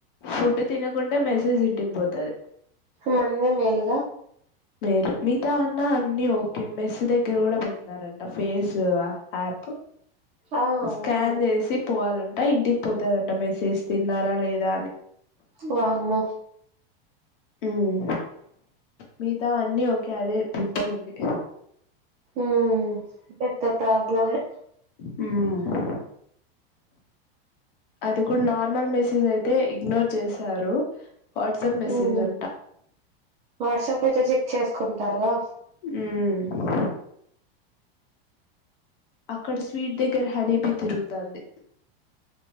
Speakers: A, on the left (about 60°); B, on the right (about 25°).
A: ఫుడ్ తినకుంటె మెసేజ్ ఇంటికి పోతది
B: మంది మేలు
A: మేరు మిగతా అన్న అన్ని ఓకే మెస్ దగ్గర గూడా పెట్ న్నారంట ఫేస్ అ యాప్
B: ఆ అవును
A: స్కాన్ చేసి పోవాలంట ఇంటికి పోతదంట మెసేజ్ తిన్నారా లేద్ రాలె
B: వామ్మో
A: ఉమ్ మిగతావన్నీ ఓకే అదే వింతగుంది
B: ఉమ్ త ప్రాబ్లమే
A: హు మ్ అది కూడా నార్మల్ మెసేజయితే ఇగ్నోర్ చేశారు వాట్సాప్ మెసేజ్
B: మ్మ్
A: అంట
B: వాట్సాప్ అయితే చెక్ చేసుకుంటారుగా
A: ఉమ్ అక్కడ స్వీట్ దగ్గర హనీబి తిరుగుతాంది